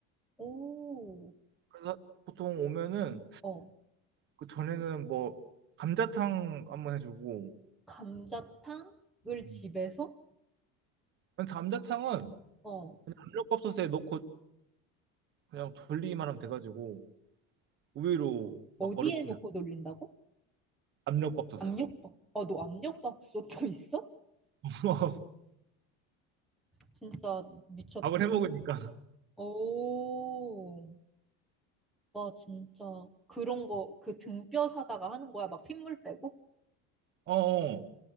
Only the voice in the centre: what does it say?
오,
어.
감자탕을
집에서?
어.
어디에
놓고
돌린다고?
압력밥. 아, 너 압력밥솥도 <laughs> 있어?
진짜 미쳤다.
오. 와, 진짜. 그런 거, 그 등뼈 사다가 하는 거야? 막 핏물 빼고?